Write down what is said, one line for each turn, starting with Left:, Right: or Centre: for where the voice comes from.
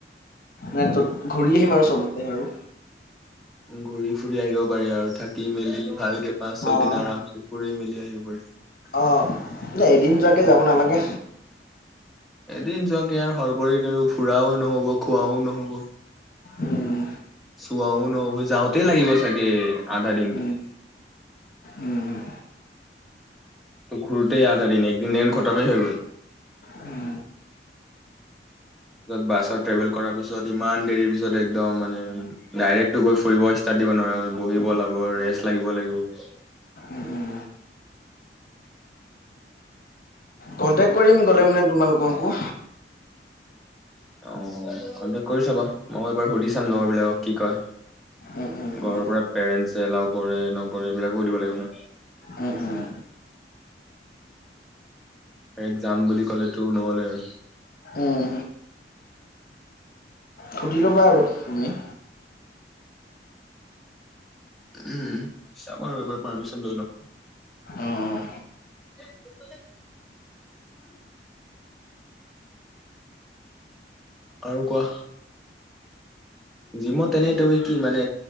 Left: নাই তত ঘূৰি আহিম আৰু চবতে আৰু।
Centre: ঘূৰি ফুৰি আহিব পাৰি আৰু থাক থাকি মেলি ভালকে পাঁচ ছয়
Left: অ',
Centre: দিন আৰামছে ফুৰি মেলি আহিব পাৰি
Left: অ, এ এদিন যোৱাকে যাব নালাগে।
Centre: এদিন যোৱাকে আৰু হৰবৰীত আৰু ফুৰাও ন'হব খোৱাও ন'হব
Left: উম,
Centre: চোৱও নহব যাওঁতেই লাগিব চাগে আধা দিনটো
Left: উম উম উম
Centre: ঘূৰোতেই আধা দিন একদিন দেখোন খটমে হৈ গ'ল
Left: উম
Centre: ত বাছত ট্ৰেভেল কৰাৰ পিছত ইমান দেৰি পিছত একদম মানে ডাইৰেক্টটো গৈ ফুৰিব ষ্টাৰ্ট দিব নোৱাৰ বহিব লাগিব ৰেষ্ট লাগিব লাগিব
Left: উম উম কন্টেক্ কৰিম গলে মানে তোমালোককো
Centre: অ কন্টেক কৰি চাবা মই এবাৰ সুধি চাম লগৰ বিলাকক কি কয়
Left: উম, উম,
Centre: ঘৰৰ
Left: উম,
Centre: পৰা পেৰেণ্টচ এলাও কৰে নকৰে এইবিলাকো সুধিব লাগিব ন
Left: উম উম
Centre: এ যাম বুলি ক'লে তোৰ নহলে হয়
Left: উম সুধি ল'বা আৰু তুমি
Centre: উম চাম আৰু এবাৰ পাৰ্মিশন লৈ লওঁ <unintelligible>
Left: অ'।
Centre: আৰু কোৱা জিমত তেনেই তুমি কি মানে